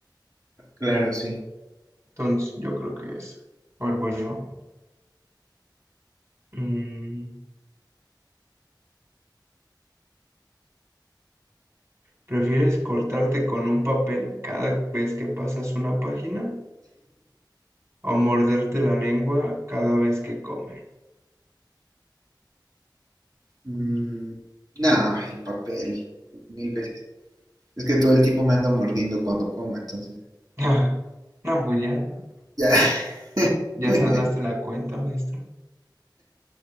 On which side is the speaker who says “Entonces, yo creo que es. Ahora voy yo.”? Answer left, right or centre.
Right